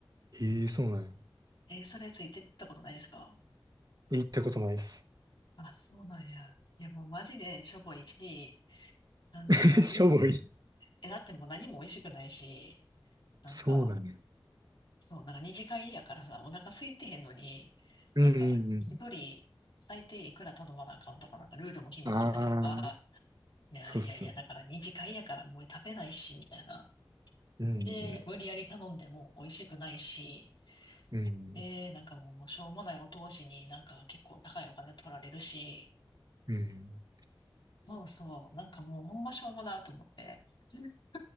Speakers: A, on the right; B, on the left.
A: ええそうなんや。
B: え、それついてったことないですか
A: 行ったことないっす。
B: あ、そうなんや。いや、もうマジでしょぼいし、なんかもうに、
A: <laughs> しょぼい。
B: え、だってもう何も美味しくないし、なんか、
A: そうなんだよ。
B: そう、なんか二次会やからさ、お腹空いてへんのに、
A: うんうん
B: なんか一人最低いくら頼まなあかんとか、なんかルールも決まってたりとか、
A: うん。ああ、
B: いやいやいや、
A: そうっすね。
B: だから二次会やからもう食べないし、みたいな。
A: うん
B: で、無理やり頼んでも美味しくないし、
A: うん。
B: で、なんかもうしょうもないお通しになんか結構高いお金取られるし、
A: うんうん。
B: そうそう、なんかもうほんましょうもなと思って、<laughs>